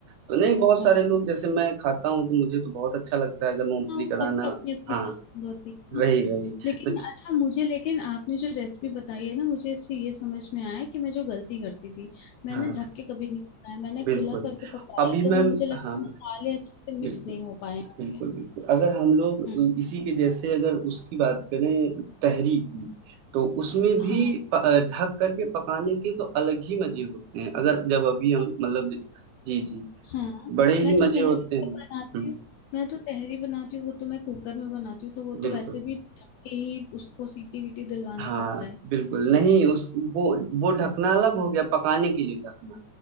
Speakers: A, on the right; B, on the left.
A: तो नहीं बहुत
B: हाँ
A: सारे लोग जैसे मैं खाता हूँ तो मुझे तो बहुत अच्छा लगता है अगर मूंगफली
B: हाँ वो
A: का दाना
B: सबकी अपनी अपनी
A: हाँ
B: पसंद होती है
A: वही वही
B: लेकिन
A: तो च-
B: अच्छा मुझे लेकिन आपने जो रेसिपी बताई है ना मुझे इससे ये समझ में आया कि मैं जो गलती करती थी मैंने
A: हाँ
B: ढक के कभी नहीं पकाया मैंने
A: बिल्कुल
B: खुला करके पकाया
A: अभी
B: तो
A: मैम
B: वो मुझे लगता
A: हाँ
B: है मसाले अच्छे से मिक्स
A: बिल्कुल
B: नहीं हो पाए होंगे
A: बिल्कुल बिल्कुल अगर हम लोग
B: हम्म,
A: इसी के जैसे अगर उसकी बात करें तहरी की तो उसमें
B: हाँ
A: भी प- अ, ढक करके पकाने के तो अलग ही मजे होते हैं अगर जब अभी हम
B: तो
A: मतलब जी जी
B: हाँ
A: बड़े ही
B: मैं तो
A: मजे
B: तहरी
A: होते हैं
B: तो बनाती
A: हम्म,
B: हूँ मैं तो तहरी बनाती हूँ वो तो मैं कुकर में बनाती हूँ तो वो
A: बिल्कुल
B: तो वैसे भी ढक के ही उसको सीटी वीटी दिलवाना
A: हाँ
B: पड़ता है
A: बिल्कुल नहीं उस वो वो ढकना अलग हो गया पकाने के लिए ढकना